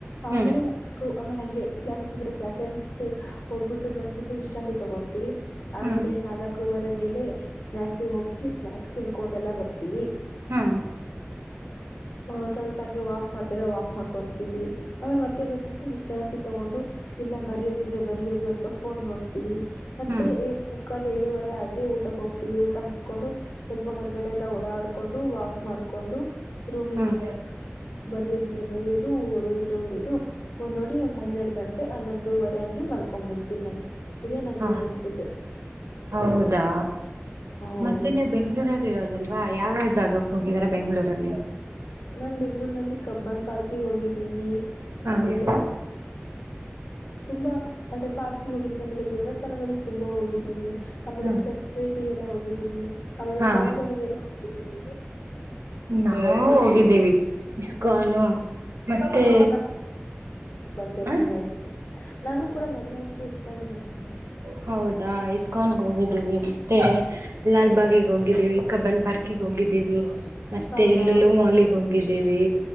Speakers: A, on the left; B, on the right.
A: ಆಮೇಲೆ
B: ಹ್ಮ್
A: ನಾಲ್ಕು ಆಮೇಲೆ ಹಂಗೆ ಕ್ಲಾಸಸ್ ಇದ್ರೆ ಕ್ಲಾಸಸ್ ಹೋಗ್ಬಿಟ್ಟು ಬಂದ್ಬಿಟ್ಟು ವಿಶ್ರಾಂತಿ ತಗೊಂತೀವಿ ಆಮೇಲೆ
B: ಹ್ಮ್
A: ನಾಲ್ಕೂವರೆ ಮೇಲೆ ಸ್ನಾಯಕ್ಸ್ ಹೋಗಿ ಸ್ನಾಯಕ್ಸ್ ತಿನ್ಕೊಂಡೆಲ್ಲ ಬರ್ತೀವಿ
B: ಹಾ
A: ಹ್ಮ್ ಸ್ವಲ್ಪ ಹಂಗೆ ವಾಕ್ ಮಾಡ್ತ್ರ ವಾಕ್ ಮಾಡ್ಕೊಂತೀವಿ ಆಮೇಲೆ ಮತ್ತೆ ಬಂದ್ಬಿಟ್ಟು ವಿಶ್ರಾಂತಿ ತಗೊಂಡು ಇಲ್ಲ ಬರಿಯೋದಿದ್ರೆ ಬರಿಯೋದು ಅಥವಾ ಫೋನ್ ನೋಡ್ತೀವಿ ಮತ್ತೆ
B: ಹ್ಮ್
A: ಏ ಕ್ಕಲ್ ಏಳುವರೆ ಆಗಿ ಊಟಕ್ಕ ಹೋಗ್ತಿವಿ ಊಟ ಮುಗ್ಸ್ ಕೊಂಡು ಸ್ವಲ್ಪ ಹೊರಗಡೆ ಎಲ್ಲಾ ಓಡಾಡ್ಕೊಂಡು ವಾಕ್ ಮಾಡ್ಕೊಂಡು ರೂಮಿಗೆ
B: ಹ್ಮ್
A: ಬಂದ್ಬಿಟ್ಟು ಬರಿಯೋದಿದ್ರೆ ಬರಿಯೋದು ಓದೋದಿದ್ರೆ ಓದೋದು ಫೋನ್ ನೋಡಿ ಒಂದ್ ಹನ್ನೆರಡು ಗಂಟೆ ಹನ್ನೊಂದುವರೆ ಹಂಗೆ ಮಲ್ಕೊಂಡ್ ಬಿಡ್ತೀನಿ ನಾನು ಇದೇ ನನ್
B: ಹಾ
A: ದಿನನಿತ್ಯದ
B: ಹೌದಾ
A: ಹೌದು
B: ಮತ್ತೇನೆ ಬೆಂಗ್ಳೂರಲ್ಲಿ ಇರೋದ್ ದಲ್ವಾ ಯಾವ್ಯಾವ ಜಾಗಕ್ ಹೋಗಿದ್ದಿರಾ ಬೆಂಗ್ಳೂರಲ್ಲಿ
A: ನಾನ್ ಬೆಂಗ್ಳೂರ್ ನಲ್ಲಿ ಕಬ್ಬನ್ ಪಾರ್ಕಗೆ ಹೋಗಿದ್ದೀನಿ. ಆಮೇಲೆ
B: ಹಾ
A: ತುಂಬಾ ಅಂದ್ರೆ ಪಾರ್ಕಿಗೆ ಹೋಗಿದ್ದೀನಿ ಆಮೇಲೆ ದೇವಸ್ಥಾನಗಳಿಗೆ ತುಂಬಾ ಹೋಗಿದ್ದೀನಿ. ಆಮೇಲೆ
B: ಹಾ
A: ಚರ್ಚ್ ಸ್ಟ್ರೀಟ್ಗೆಲ್ಲ ಹೋಗಿದ್ದೀನಿ ಆಮೇಲೆ
B: ಹಾ
A: ಮಾಲ್ ಗಳಿಗೆಲ್ಲ ಹೋಗಿದ್ದೀನಿ.
B: ನಾವು ಹೋಗಿದ್ದೀವಿ ಇಸ್ಕಾನು ಮತ್ತೇ
A: ಮೂರ್ನಾಲ್ಕು ಬಂದೆ ಮೊನ್ನೆ
B: ಆ
A: ಅಷ್ಟೇ ನಾನು ಕೂಡ ಮೊನ್ನೆ ಅಷ್ಟೇ ಇಸ್ಕಾನಿಗೆ ಹೋಗಿ ಬಂದೆ
B: ಹೌದಾ ಎಸ್ ಕಾನ್ ಹೋಗಿದ್ದೀವಿ ಮತ್ತೆ ಲಾಲ್ಬಾಗಿಗೆ ಹೋಗಿದ್ದೀವಿ ಕಬ್ಬನ್ ಪಾರ್ಕಿಗೆ ಹೋಗಿದ್ದೀವಿ. ಮತ್ತೆ
A: ಹೌದಾ
B: ಲೂಲು ಮಾಲ್ಗೆ ಹೋಗಿದ್ದೀವಿ.